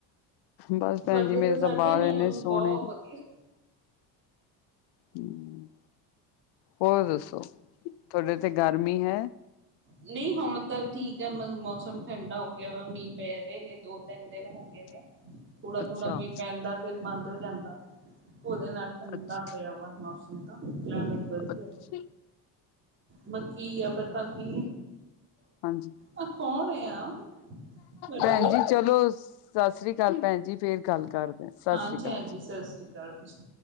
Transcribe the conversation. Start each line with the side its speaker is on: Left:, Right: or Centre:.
Left: ਬਸ ਭੈਣ
Right: ਤੁਹਾਡੇ
Left: ਜੀ ਮੇਰੇ
Right: ਤਾਂ, ਸਾਡੇ
Left: ਬਾਲ
Right: ਨਾਲੋ
Left: ਇੰਨੇ
Right: ਵੀ
Left: ਸੋਹਣੇ
Right: ਬਹੁਤ ਵਧੀਆ।
Left: ਹਮ- ਹੋਰ ਦੱਸੋ, ਤੁਹਾਡੇ ਓਥੇ ਗਰਮੀ ਹੈ?
Right: ਨਹੀਂ ਹੁਣ ਤਾਂ ਠੀਕ ਹੈ, ਮ ਮੌਸਮ ਠੰਡਾ ਹੋ ਗਿਆ ਵਾ, ਮੀਂਹ ਪੈ ਰਹੇ ਨੇ, ਦੋ ਤਿੰਨ- ਦਿਨ ਹੋ ਗਏ ਨੇ।
Left: <inaudible>
Right: ਥੋੜਾ-
Left: ਅੱਛਾ,
Right: ਥੋੜਾ, ਮੀਂਹ ਪੈਂਦਾ ਫਿਰ ਬੰਦ ਹੋ ਜਾਂਦਾ, ਉਹਦੇ ਨਾਲ ਠੰਡਾ
Left: ਅੱਛਾ,
Right: ਪਿਆ ਵਾ ਮੌਸਮ। ਕਲਾਈਮੇਟ ਵਧੀਆ,
Left: ਅੱਛ
Right: ਬਾਕੀ ਆ ਪਤਾ ਕੀ
Left: ਹਾਂਜੀ।
Right: ਆ ਕੌਣ ਆ ਤੁਹਾਡਾ
Left: ਭੈਣ ਜੀ, ਚਲੋ ਸਤਿ ਸ੍ਰੀ ਅਕਾਲ ਭੈਣ ਜੀ, ਫੇਰ ਗੱਲ ਕਰਦੇ, ਸਤਿ
Right: ਹਾਂਜੀ
Left: ਸ੍ਰੀ ਅਕਾਲ।
Right: ਹਾਂਜੀ ਸਤਿ ਸ੍ਰੀ ਅਕਾਲ ਜੀ।